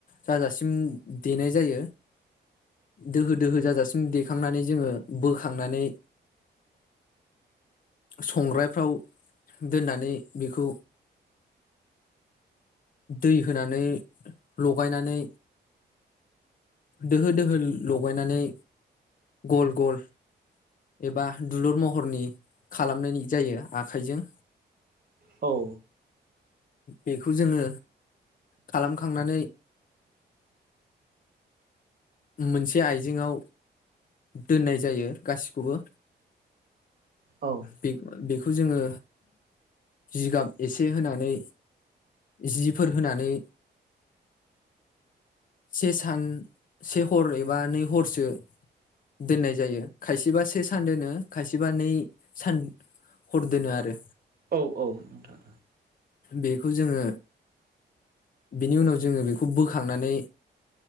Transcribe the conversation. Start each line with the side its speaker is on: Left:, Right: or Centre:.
Left: जाजासिम देनाय जायो। दोहो दोहो जाजासिम देखांनानै जोङो बो खांनानै संग्राय फ्राव दोननानै बेखौ दै होनानै लगायनानै दोहो दोहो लगायनानै गल गल एबा दुलुर महरनि खालामनायनि जायो आखाइजों।
Right: औ
Left: बेखौ जोङो खालाम खांनानै मोनसे आइजेेंआव दोननाय जायो गासिखौबो।
Right: औ
Left: बे बेखौ जोङो जिगाब एसे होनानै जिफोर होनानै से सान से हर एबा नै हरसो दोननाय जायो खायसेबा से सान दोनो खायसेबा नै सान हर दोनो आरो।
Right: औ औ नोंथां
Left: बेखौ जोङो बेनि उनाव जोङो बेखौ बोखांनानै